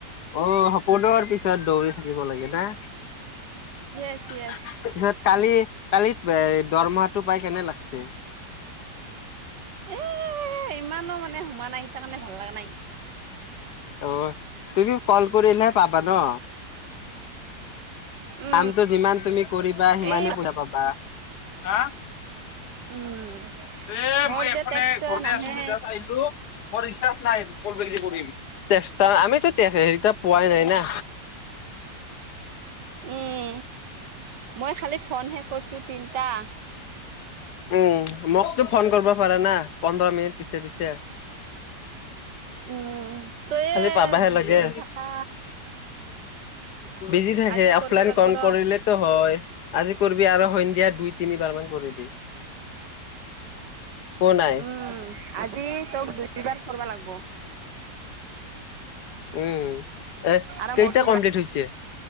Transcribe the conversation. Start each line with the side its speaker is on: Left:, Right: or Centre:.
Left: অ সপোনৰ পিছত দৌৰি থাকিব লাগে না তাৰপিছত
Right: য়েছ য়েছ
Left: কালি কালিত দৰমহাটো পাই কেনে লাগছে <unintelligible>
Right: এ ইমানো মানে সোমা নাই সেই তাৰ কাৰণে ভাল লগা নাই
Left: অ তুমি কল কৰিলেহে পাবা ন
Right: উম
Left: কামটো যিমান তুমি কৰিবা সিমানে
Right: এই
Left: পইচা পাবা। হা
Right: উম
Left: এ
Right: মোৰ
Left: মই এখনে
Right: যে টেক্সটো
Left: ঘৰতে
Right: নাহে
Left: আছো জাচ্ট আহিলো মোৰ ৰিচাৰ্জ নাই <unintelligible> আমিতো তেখে হেৰিতা পোৱাই নাই না।
Right: উম, মই খালি ফনহে কৰিছো তিনটা।
Left: উম, মোকতো ফন কৰিব পাৰা না, পোন্ধৰ মিনিট পিছে পিছে।
Right: উম তইয়ে
Left: খালি পাবাহে
Right: বিজি
Left: লাগে।
Right: থাকা
Left: <inaudible> বিজি থাকে,
Right: আজি
Left: অফলাইন
Right: কৰবা লাগব
Left: কন
Right: ৰ
Left: কৰিলেতো হয়। আজি কৰবি আৰু সন্ধিয়া দুই তিনিবাৰ মান। কৰি দি নাই
Right: উম, আজি তোক দুইবাৰ কৰবা লাগব'। <inaudible>
Left: উম, এ
Right: আৰু
Left: কেইটা
Right: মধুক
Left: কমপ্লিট হৈছে?